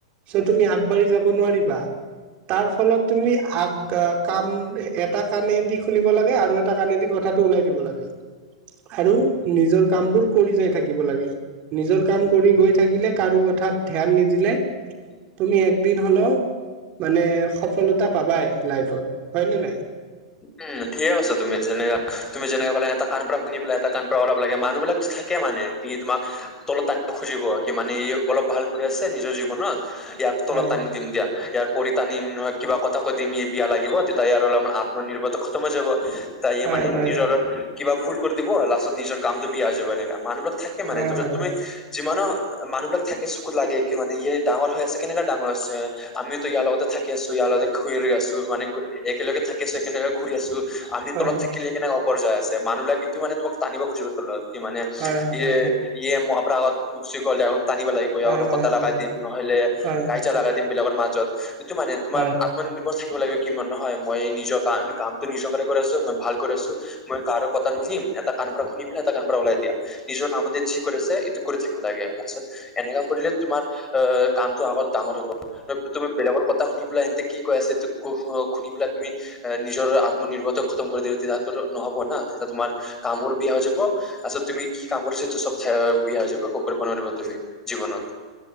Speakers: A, on the right; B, on the left.
A: চ তুমি আগবাঢ়ি যাব নোৱাৰিবা তাৰ ফলত তুমি আগ কাম এটা কাণেদি শুনিব লাগে আৰু এটা কাণেদি কথাটো ওলাই দিব লাগে আৰু নিজৰ কামবোৰ কৰি যাই থাকিব লাগে নিজৰ কাম কৰি গৈ থাকিলে কাৰো কথাত ধ্যান নিদিলে তুমি একদিন হলেও মানে সফলতা পাবাই লাইফত হয় নে নাই
B: উম ঠিকে আছা তুমি যেনে তুমি যেনে কলা এটা কাণ পৰা শুনি পেলাই এটা কণ পৰা অল লাগে মানুহ বিলাক থাকে মানে কি তোমাক তলত টানিব খুজিব কি মানে ই অলপ ভাল কৰি আছে নিজৰ জীৱনত ইয়াক তলত
A: হয়
B: টানি দিম দিয়া ইয়াৰ পৰি টানিম নহয় কিবা কথা কৈ দিম বিয়া লাগিব তেতিয়া ইয়াৰ হ'লে আমাৰ আত্মনিৰ্ভৰতটো খতম হৈ যাব তাই
A: হয়
B: মান
A: হয়
B: নিজৰ কিবা ভুল কৰি দিব লাষ্টত নিজৰ কামটো বিয়া হৈ যাব এনেকা মানুহ থাকে
A: হয়
B: মানে তুমি
A: হয়
B: তুমি যিমানো মানুহ বিলাক থাকে চকুত লাগে কি মানে ইয় ডাঙৰ হৈ আছে কেনেকা ডাঙৰ আছে আমিটো ইয়াৰ লগতে থাক আছো ইয়াৰ লগতে ঘূৰি আছো মানে একেলগে থাকি কেনেকে ঘূৰি আছো আমি
A: হয়
B: তলত থাকিলে কেনেকে ওপৰা যায় আছে মানুহবাকটো মানে তোমাক টানিব খুজিব তলত কি মানে
A: হয় হয়
B: ইয়ে
A: হয়
B: ইয়ে ম পৰা আগ টানিব লাগিব ই
A: হয়
B: অলপ
A: হয়
B: কটা লগাই দিম নহলে
A: হয়
B: কাজিয়া লগাই দিম বিলাকৰ মাজত সটো মানে তোমাৰ
A: হয়
B: আত্মনিৰ্ভৰ থাক লাগে কিমান নহয় মই নিজৰ ক কামটো নিজৰ কাৰ কৰি আছো মই ভাল কৰি আছো মই কাৰো কথা নুনিম এটা কানৰ পৰা শুনি পেলাই এটা কান ওলাই দিয়া নিজৰ কাম যি কৰিছে এইটো কৰি থাকিব লাগে লাষ্টত এনেকা কৰিলে তোমাৰ অ কামটো আগত ডাঙৰ হব ন তুমি বেলেগৰ কথা শুনি পেলাই এনেতে কি কৈ আছে শুনি পেলাই তুমি নিজৰ আত্মনিৰ্ভৰশীল খতম কৰি দিলা তেতিয়াতো নহবা তেতিয়া তোমাৰ কামৰ বেয়া হৈ যাব পিছত তুমি কি কাম কৰিছা এইটো চব বেয়া হৈ যাব একো কৰিব নোৱাৰিবা তুমি জীৱনত।